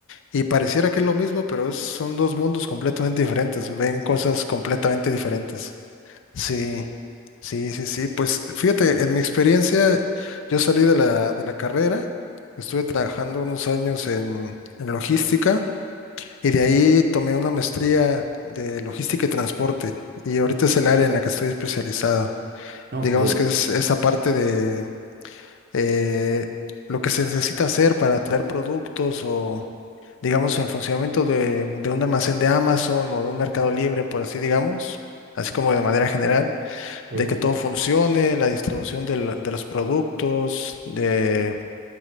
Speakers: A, on the left; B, on the right.
A: Y pareciera que es lo mismo, pero es- son dos mundos completamente diferentes, ven
B: Sí.
A: cosas completamente diferentes. Sí, sí, sí, sí. Pues fíjate, en mi experiencia, yo salí de la, de la carrera, estuve trabajando unos años en, en logística y de ahí tomé una maestría de logística y transporte. Y ahorita es el área en la que estoy especializado.
B: Ok,
A: Digamos que es esa parte de eh, lo que se necesita hacer para traer productos o, digamos, el funcionamiento de, de un almacén de Amazon o de un mercado libre, por así digamos, así como de manera general,
B: ok.
A: de que todo funcione, la distribución del- de los productos, de